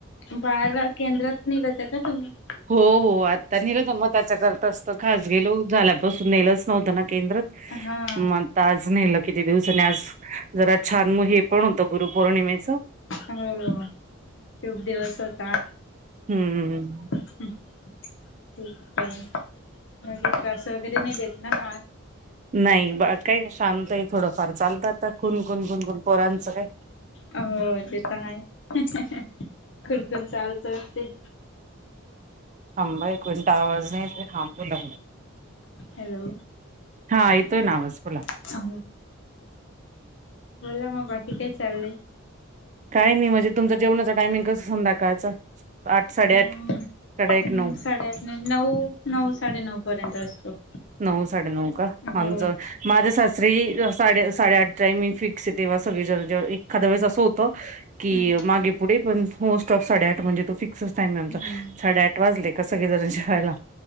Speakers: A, on the left; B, on the right.
A: बाळाला केंद्रात नेलं होतं का तुम्ही?
B: हो हो आता नेलं होतं मग त्याच्यासाठीच खास गेलो झाल्यापासून नेलं नव्हतं ना केंद्रात
A: हा
B: मग आज नेलं किती दिवस आणि आज जरा छान हे पण होतं गुरुपौर्णिमेचं.
A: हो खूप दिवस होता.
B: हम्मम.
A: हम् ठीक आहे मग त्रास वगैरे नाही देत ना बाळ?
B: नाही बाळ काही नाही शांत आहे थोडंफार चालतं आता कुन कुन कुकुून पोरांचं काय.
A: अ ते तर आहे कुण कुण चालूच असते.
B: थांबा एक मिनिट आवाज येत नाही हा बोला.
A: हॅलो
B: हा येतोय ना आवाज तुला
A: ह बोला मग बाकी काही चालले.
B: काय नाही म्हणजे तुमच जेवणाच टायमिंग कस संध्याकाळचं आठ साडेआठ
A: अं
B: साडेसाठ
A: हम्म
B: एक नऊ
A: साडेआठ नऊ नऊ साडेनऊ पर्यंत असतो.
B: नऊ साडेनऊ का
A: हो
B: आमचं माझ्या सासरी साडे साडेआठ टाइमिंग‌ फिक्स तेव्हा सगळे एखा वेळेस असं होत की
A: हम्म
B: मागे पुढे पण स्टॉप साडेआठ म्हणजे तो फिक्स टाम आहे आमचा
A: हम्म
B: साडे आठ वाजले का सगळे जणां जेवायला